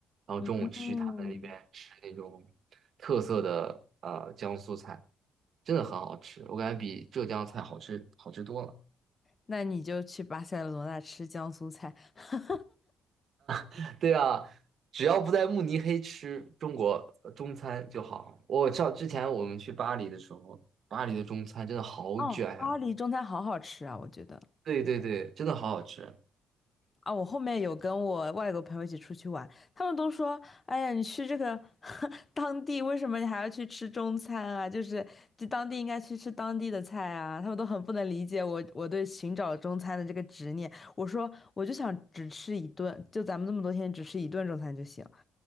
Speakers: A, on the right; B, on the left.
A: 然后中午去他们那边吃那种
B: 嗯，
A: 特色的呃江苏菜，真的很好吃，我感觉比浙江菜好吃好吃多了。
B: 那你就去巴塞罗那吃江苏菜。<laughs>
A: <laughs> 对啊，只要不在慕尼黑吃中国呃中餐就好。我上之前我们去巴黎的时候，巴黎的中餐真的好卷呀、
B: 哦，巴黎中餐好好吃啊，我觉得。
A: 对对对，真的好好吃。
B: 啊，我后面有跟我外国朋友一起出去玩，他们都说，哎呀，你去这个 <laughs> 当地，为什么你还要去吃中餐啊？就是就当地应该去吃当地的菜啊，他们都很不能理解我我对寻找中餐的这个执念。我说我就想只吃一顿，就咱们这么多天只吃一顿中餐就行，